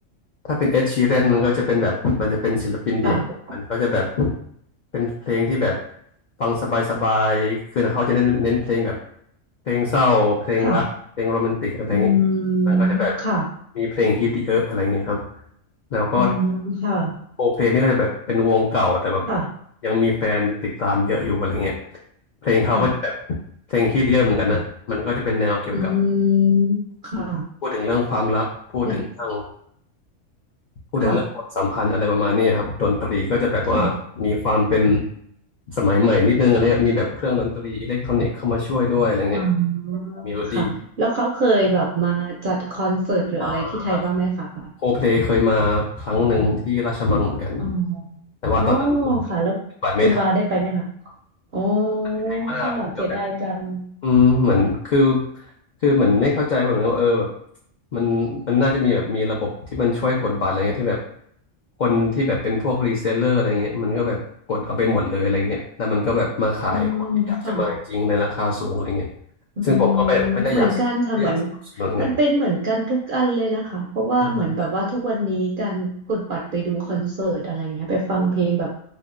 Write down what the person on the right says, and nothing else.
ค่ะ
ค่ะอืม
ค่ะ
อืมค่ะ
ค่ะ
ค่ะ
อืมค่ะ
นะ
ค่ะ ค่ะ
อ๋อ
ค่ะ แล้วเขาเคยแบบมาจัดคอนเสิร์ตหรืออะไรที่ไทยบ้างไหมคะปบ
อ๋อ
อ๋อ ค่ะ แล้วคุณวาได้ไปไหมคะ
อ๋อ
ค่ะเสียดายจัง
อ๋อ ค่ะ อืม
เหมือนกันค่ะเหมือนมันเป็นเหมือนกันทุกอันเลยนะคะเพราะว่าเหมือนแบบว่าทุกวันนี้การกดบัตรไปดูคอนเสิร์ตอะไรเงี้ยไปฟังเพลงแบบ